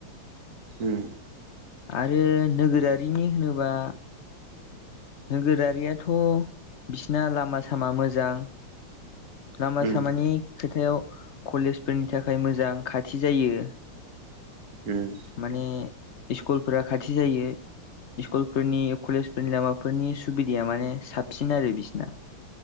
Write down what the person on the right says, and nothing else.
उम
उम
उम